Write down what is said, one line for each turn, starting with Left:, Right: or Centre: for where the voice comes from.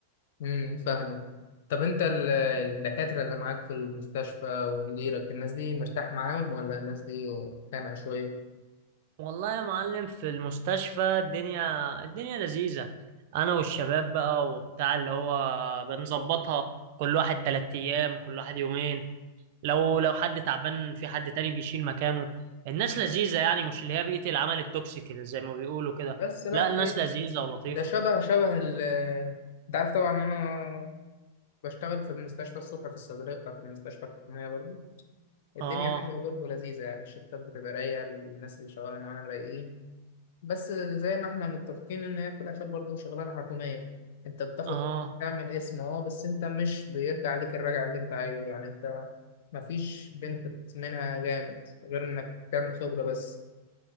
Left: امم فاهمك طب انت ال- الدكاتره اللي معاك في المستشفى ومديرك الناس دي مرتاح معاهم ولا الناس دي خانقه شويه
Right: والله يا معلم في المستشفى الدنيا الدنيا لذيذة أنا والشباب بقى وبتاع اللي هو بنظبطها كل واحد تلات أيام كل واحد يومين لو لو حد تعبان في حد تاني بيشيل مكانه الناس لذيذة يعني مش اللي هي بيئة العمل التوكسيك اللي زي ما بيقولوا كده
Left: بس لا
Right: لا
Left: كويس
Right: الناس لذيذة ولطيفة
Left: ده شبه شبه ال انت عارف طبعا انا بشتغل في المستشفى الصبح في الصيدلية بتاعة المستشفى الحكومية برضه الدنيا
Right: آه
Left: حلوة برضه لذيذة يعني الشفتات بتبقى رايقة الناس اللي شغالة معانا رايقين بس زي ما احنا متفقين إن هي في الآخر برضه شغلانة حكومية أنت بتاخد
Right: آه
Left: تعمل اسم اه بس أنت مش بيرجع عليك الرجع اللي أنت عايزه يعني أنت مفيش بنفيت منها جامد غير إنك تعمل خبرة بس